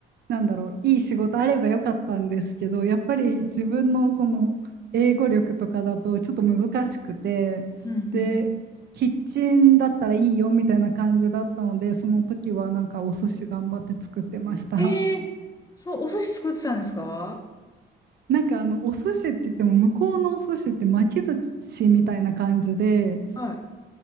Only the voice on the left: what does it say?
うんうん。
ええそう、お寿司作ってたんですか
はい。